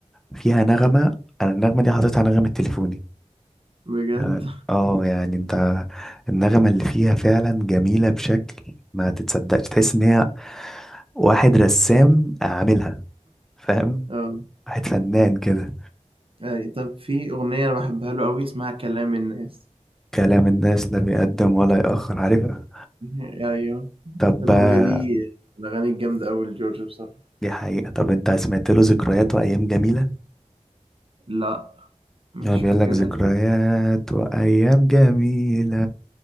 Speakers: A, in the centre; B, on the right.
A: فيها نغمة أنا النغمة دي حاططها نغمة تليفوني
B: بجد
A: يعني اه يعني انت النغمة اللي فيها فعلا جميلة بشكل ما تتصدقش تحس ان هي واحد رسام عاملها فاهم
B: اه
A: واحد فنان كده
B: يعني طب في أغنية أنا بحبها له أوي اسمها كلام الناس
A: كلام الناس لا بيقدم ولا يأخر عارفها
B: يعني، ايوه
A: طب
B: الاغنيه
A: آه،
B: دي من الاغاني الجامده قوي لجورج بصراحه
A: دي حقيقة طب انت سمعت له ذكريات وأيام جميلة
B: لا مش
A: هو بيقول
B: فاكرها
A: لك ذكريات
B: دي
A: وأيام جميلة